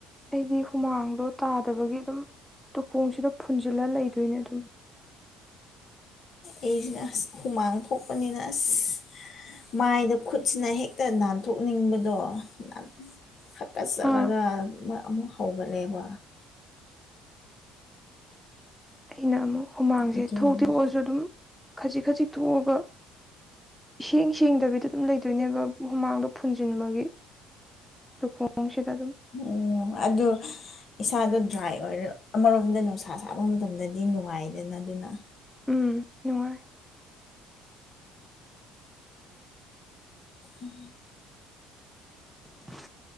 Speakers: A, in the centre; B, on the left.
A: ꯑꯩꯗꯤ ꯍꯨꯃꯥꯡꯗꯣ ꯇꯥꯗꯕꯒꯤ ꯑꯗꯨꯝ ꯇꯨꯈꯣꯡꯁꯤꯗ ꯐꯨꯟꯖꯤꯜꯂ ꯂꯩꯗꯣꯏꯅꯦ ꯑꯗꯨꯝ
B: ꯑꯩꯁꯤꯅ ꯑꯁ ꯍꯨꯃꯥꯡ ꯊꯣꯛꯄꯅꯤꯅ ꯑꯁ ꯃꯥꯏꯗ ꯈꯨꯠꯁꯤꯅ ꯍꯦꯛꯇ ꯅꯥꯟꯊꯣꯛꯅꯤꯡꯕꯗꯣ ꯅꯥꯟ ꯍꯛꯀꯠꯆꯔꯒ
A: ꯑꯥ
B: ꯑꯃ ꯑꯃꯨꯛ ꯍꯧꯒꯠꯂꯦꯕ
A: ꯑꯩꯅ ꯑꯃꯨꯛ ꯍꯨꯃꯥꯡꯁꯦ
B: ꯑꯗꯨꯒꯤꯅꯤ
A: ꯊꯣꯛꯇꯤ ꯊꯣꯛꯑꯁꯨ ꯑꯗꯨꯝ ꯈꯖꯤꯛ ꯈꯖꯤꯛ ꯊꯣꯛꯑꯒ ꯏꯁꯦꯡ ꯁꯦꯡꯗꯕꯤꯗ ꯑꯗꯨꯝ ꯂꯩ ꯗꯨꯅꯦꯕ ꯍꯨꯃꯥꯡꯗꯣ ꯐꯨꯟꯖꯤꯟꯕꯒꯤ ꯇꯨꯈꯣꯡꯁꯤꯗ ꯑꯗꯨꯝ
B: ꯑꯣ ꯑꯗꯨ ꯏꯁꯥꯗꯣ ꯗ꯭ꯔꯥꯏ ꯑꯣꯏꯔꯒ ꯑꯃꯔꯣꯝꯗ ꯅꯨꯡꯁꯥ ꯁꯥꯕ ꯃꯇꯝꯗꯗꯤ ꯅꯨꯡꯉꯥꯏꯗꯅ ꯑꯗꯨꯅ
A: ꯎꯝ ꯅꯨꯡꯉꯥꯏ
B: ꯎꯝ
A: <unintelligible>